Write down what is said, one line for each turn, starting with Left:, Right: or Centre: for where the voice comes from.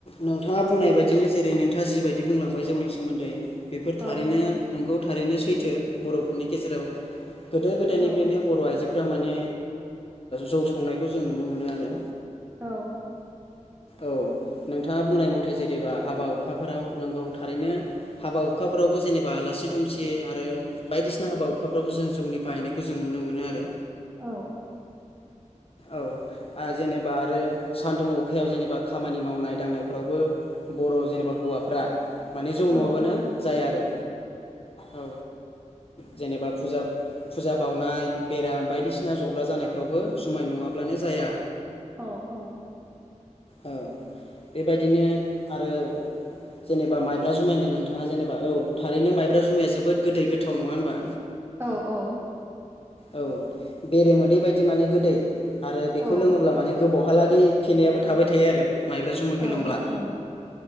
Left: नोंथाङा बुं नाय बायदिनो जेरै नोंथाङा जिबायदि बुंलांबाय जौनि सोमोन्दै बेफोर
Right: औ
Left: थारैनो
Right: औ
Left: नोंगौ थारैनो सैथो बर'फोरनि गेजेराव गोदो गोदायनिफ्रायनो
Right: औ
Left: बर' आइजो -फ्रा माने जौ संनायखौ जों नुनो मोनो आरो
Right: औ
Left: औ नोंथाङा बुंनाय मथे जेनेबा हाबा हुखाफोराव नोंगौ थारैनो हाबा हुखाफोरावबो जेने बा आलासि दुमसि आरो बायदिसिना हाबा हुखाफ्रावबो जों जौनि बाहायनायखौ जों नुनो मोनो आरो
Right: औ
Left: औ आरो जेनेबा आरो सान्दुं अखायाव जेनेबा खामानि मावनाय दांनायफ्रावबो बर' जेनेबा हौवाफ्रा माने जौ
Right: औ
Left: नङाबानो जाया आरो औ जेनेबा फुजा फुजा बावनाय बेराम बायदिसिना जब्रा जानायफ्रावबो जुमाय नङाब्लानो जाया
Right: औ औ
Left: औ बेबायदिनो आरो जेनेबा माइब्रा जुमाय होन्दों नोंथाङा जेनेबा औ थारैनो माइब्रा जुमाया जोबोद गोदै गोथाव नङा होनबा
Right: औ औ
Left: औ बेरे मोदै बायदि माने गोदै आरो बेखौ
Right: औ
Left: लोङोब्ला माने गोबावहालागै फेनायाबो थाबाय थायो आरो माइब्रा जुमा फोरलोंब्ला
Right: औ औ